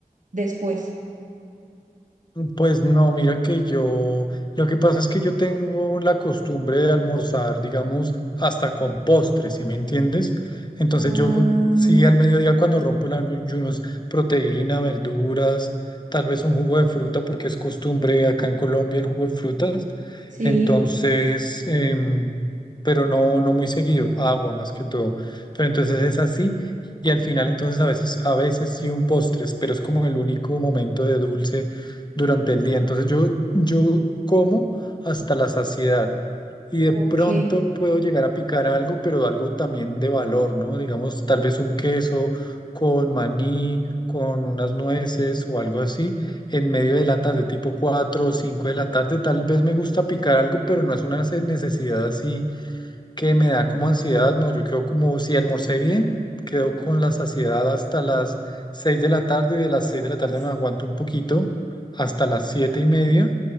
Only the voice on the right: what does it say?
después.
Ah,
sí,
ok.
Uf,